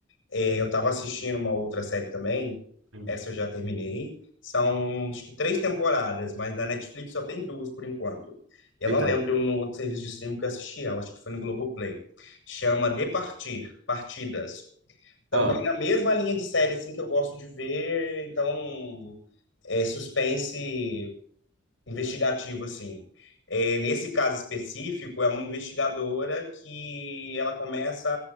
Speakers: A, on the left (about 75°); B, on the right (about 85°).
A: É, eu estava assistindo uma outra série também,
B: hum.
A: essa eu já terminei. São acho que três temporadas, mas na Netflix só tem duas por enquanto. Eu
B: Eita.
A: não lembro no outro serviço de streaming que eu assisti ela, acho que foi no Globoplay. Chama De Partir, Partidas. Também
B: Ah,
A: na mesma linha de série assim que eu gosto de ver, então é suspense investigativo, assim. É, nesse caso específico, é uma investigadora que ela começa